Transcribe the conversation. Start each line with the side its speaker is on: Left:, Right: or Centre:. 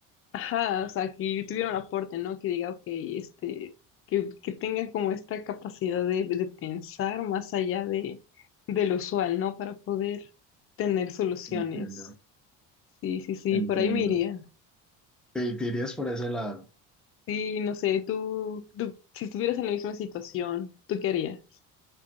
Left: ajá, o sea, que tuviera un aporte, ¿no? Que diga, ok, este, que, que tenga como esta capacidad de, de pensar más allá de, de lo usual, ¿no? Para poder tener soluciones.
Centre: Entiendo,
Left: Sí, sí, sí,
Centre: entiendo.
Left: por ahí me iría.
Centre: Te, te irías por ese lado.
Left: Sí, no sé, tú, tú, si estuvieras en la misma situación, ¿tú qué harías?